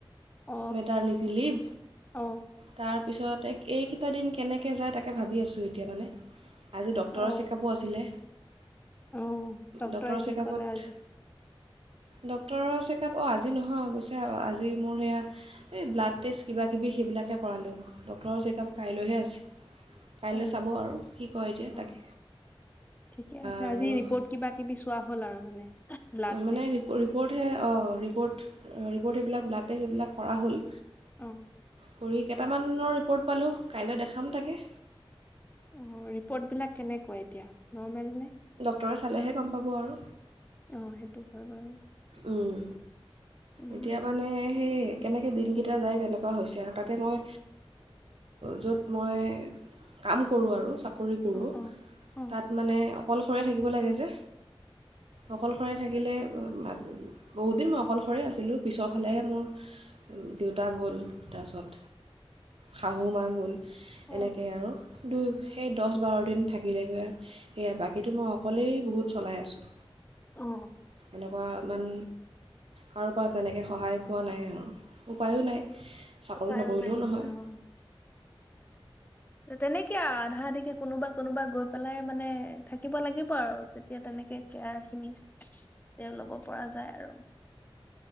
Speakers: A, on the left (about 20°); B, on the right (about 85°).
A: অ
B: মেটাৰনিটি লিভ,
A: অ
B: তাৰ পিছত এইকেইটা দিন কেনেকৈ যায়, তাকেই ভাবি আছোঁ এতিয়া মানে। আজি ডক্তৰৰ
A: অ
B: চেকআপো আছিলে,
A: অ ডক্তৰে
B: ডক্তৰৰ
A: কি
B: চেকআপত
A: ক'লে আজি
B: ডক্তৰৰ চেকআপ অ', আজি নহয়, অৱশ্যে আজি মোৰ সেইয়া এই ব্লাড টেষ্ট, কিবা কিবি, সেইবিলাকহে কৰালোঁ, ডক্টৰৰ চেকআপ কাইলৈহে আছে। কাইলৈ
A: অ',
B: চাব আৰু কি কয় এতিয়া
A: অ'।
B: তাকে
A: ঠিকেই আছে
B: আৰু
A: আজি ৰিপৰ্ট কিবা কিবি চোৱা হ'ল আৰু! মানে ব্লাড
B: মানে
A: টেষ্ট
B: ৰিপ-ৰিপ-ৰিপৰ্টহে, অ', ৰিপৰ্ট ৰিপৰ্ট এইবিলাক ব্লাডটেষ্ট এইবিলাক কৰা হ'ল।
A: অ'।
B: কৰি় কেইটামানৰ ৰিপৰ্ট পালোঁ, কাইলৈ দেখাম তাকে।
A: অ', ৰিপৰ্টবিলাক কেনেকুৱা এতিয়া? নৰ্মেল নে?
B: ডক্তৰে চালেহে গম পাব আৰু।
A: অ' সেইটো হয় বাৰু।
B: উম।
A: উম
B: এতিয়া মানে সেই কেনেকৈ দিনকেইটা যায় তেনেকুৱা হৈছে আৰু তাতে মই য'ত মই কাম কৰোঁ আৰু কৰি ফুৰো
A: উম অ অ অ
B: তাত মানে, অকলশৰে থাকিব লাগে যে। অকলশৰেই থাকিলে মাজ, বহুতদিন মই অকলশৰে আছিলোঁ পিছৰফালেহে মোৰ দেউতা গ'ল তাৰপিছত শাহু মা গ'ল,
A: অ
B: এনেকেই
A: অ
B: আৰু দু সেই দছ বাৰ দিন থাক কিলে গৈ আৰু সেয়া বাকীটো মই অকলেই বহুত চলাই আছোঁ।
A: অঁ।
B: এনেকুৱা ইমান কাৰোপৰা তেনেকে সহায় পোৱা নাই আও, উপায়ো নাই। চাকৰি
A: উপায়ো
B: নকৰিলেও
A: নাই
B: নহয়
A: দিয়ক তেনেকে আৰু আধা আধিকে কোনোবা কোনোবা গৈ পেলাই মানে থাকিব লাগিব আৰু তেনে এতিয়া তেনেকে কেয়াৰ খিনি তেওঁ ল'ব পৰা যায় আৰু